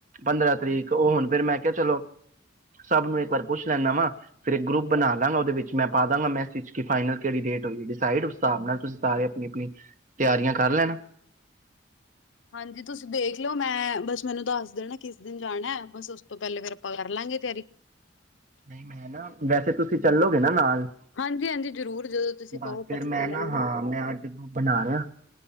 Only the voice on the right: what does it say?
ਪੰਦਰਾਂ ਤਰੀਕ, ਉਹ ਹੁਣ ਫਿਰ ਮੈਂ ਕਿਹਾ ਚਲੋ ਸਭ ਨੂੰ ਇੱਕ ਵਾਰ ਪੁੱਛ ਲੈਦਾ ਵਾ ਫਿਰ ਇੱਕ ਗਰੁੱਪ ਬਣਾ ਲਾਂਗਾ ਉਹਦੇ ਵਿੱਚ ਮੈਂ ਪਾ ਦਾਂਗਾ ਮੈਂਸਿਜ ਕੀ ਫਾਈਨਲ ਕਿਹੜੀ ਡੇਟ ਹੋਈ ਡਿਸਾਈਡ ਉਸ ਹਿਸਾਬ ਨਾਲ ਤੁਸੀਂ ਸਾਰੇ ਆਪਣੀ ਆਪਣੀ ਤਿਆਰੀਆਂ ਕਰ ਲੈਣ
ਨਹੀਂ ਮੈਂ ਨਾ ਵੈਸੇ ਤੁਸੀਂ ਚੱਲੋਗੇ ਨਾ ਨਾਲ।
ਬਸ
ਫਿਰ
ਮੈਂ
ਨਾ ਹਾਂ ਮੈਂ ਅੱਜ ਗਰੁੱਪ ਬਣਾ ਰਿਹਾ।